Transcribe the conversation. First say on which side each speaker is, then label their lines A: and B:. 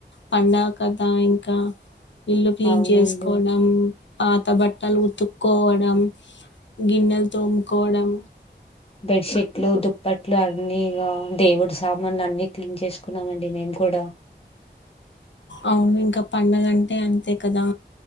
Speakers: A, on the left; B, on the left.
A: పండగ కదా ఇంకా. ఇల్లు క్లీన్
B: అవునండి
A: చేసుకోవడం పాత బట్టలు ఉతుక్కోవడం గిన్నెలు తోముకోవడం
B: బెడ్షీట్లు, దుప్పట్లు అన్ని అవును దేవుడ్స్ సామాన్లు అన్ని క్లీన్ చేసుకున్నాము అండి మేము కూడా
A: అవును ఇంకా పండగ అంటే అంతే కదా